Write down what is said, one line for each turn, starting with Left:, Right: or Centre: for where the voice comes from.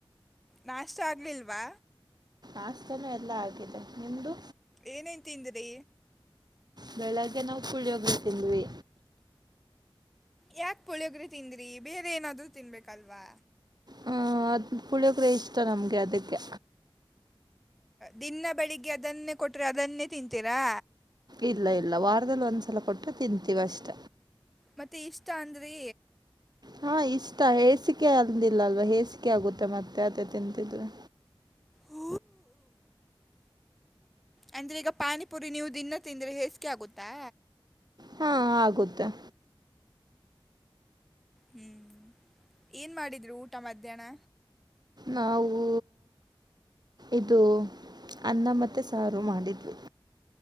Centre: ನಾಷ್ಟ ಆಗ್ಲಿಲ್ವಾ
Right: ಆಾಸ್ತನೂ ಎಲ್ಲ ಆಗಿದೆ ನಿಮ್ಮದು
Centre: ಏನೈಂತಿಂದಿ್ರೀ
Right: ಬೆಳಗ್ಗೆ ನಾವು ಕೂಳಿಯ ಹೋಗತಿಂದ್ವಿ
Centre: ಯಾಕ ಪುಳಿಯೋಗ್ರಿ ತಿಂದ್ರಿ ಬೇರೆ ಏನಾದ್ರರು ತಿನ್ಬೇಕಲ್ವಾ
Right: ಹ್ಮ ಅದ ಪುಳಿಯಕರೆ ಇಷ್ಟ ನಮ್ಗೆ ಅದಕ್ಕೆ
Centre: ದಿನ ಬೆಳಿಗ್ಗೆ ಅದನ್ನೇ ಕೊಟ್ರೆ ಅದನ್ನೇ ತಿಂತೀರಾ
Right: ಇಲ್ಲ ಇಲ್ಲ ವಾರದಲ್ಲಿ ಒಂದ್ಸಲ ಕೊಟ್ಟ್ರೆ ತಿನ್ಂತೀವಿ ಅಷ್ಟ
Centre: ಮತ್ತೆ ಇಷ್ಟ ಅಂದ್ರೆ
Right: ಹಾ ಇಷ್ಟ ಹೇಸಿಕೆ ಅಂದಿಲ್ಲ ಅಲ್ವಾ ಹೇಸಿಕೆ ಆಗುತ್ತೆ ಮತ್ತೆ ಅದೇ ತಿಂತಿದ್ರರು
Centre: ಹ ಅಂದ್ರೆ ಈಗ ಪಾನಿಪುರಿ ನೀವು ದನ್ನ ತಿಂದ್ರೆ ಹೇಸಿಗೆ ಆಗುತ್ತಾ
Right: ಹಾ ಆಗುತ್ತ
Centre: ಹ್ಮ್ ಏನ್ ಮಾಡಿದ್ರು ಊಟ ಮಧ್ಯಾಹ್ನ
Right: ನಾವು ಇದು ಅನ್ನ ಮತ್ತೆ ಸಾರು ಮಾಡಿದ್ವಿ